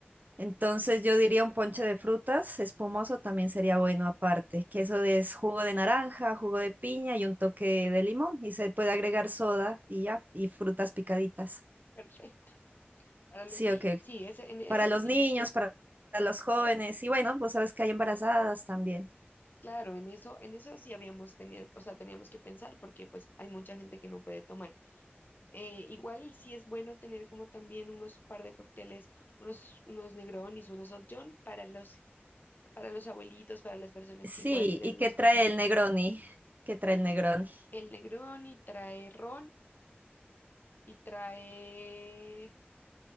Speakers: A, on the right; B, on the left.
A: Entonces yo diría un ponche de frutas espumoso también sería bueno aparte, que eso es jugo de naranja, jugo de piña y un toque de limón y se puede agregar soda y ya, y frutas picaditas.
B: Perfecto. Para
A: Sí,
B: los niños.
A: ok.
B: Sí, ese, en eso
A: Para los
B: teníamos
A: niños,
B: que...
A: para para los jóvenes y bueno, pues sabes que hay embarazadas también.
B: Claro, en eso, en eso sí habíamos tenido, o sea, teníamos que pensar porque pues hay mucha gente que no puede tomar. Eh, igual sí es bueno tener como también unos par de cócteles, unos, unos Negronis, unos Old John para los, para los abuelitos, para las personas
A: Sí,
B: que igual les
A: ¿y qué
B: gusta
A: trae
B: como
A: el
B: el,
A: Negroni? ¿Qué trae el Negroni?
B: el Negroni, trae ron y trae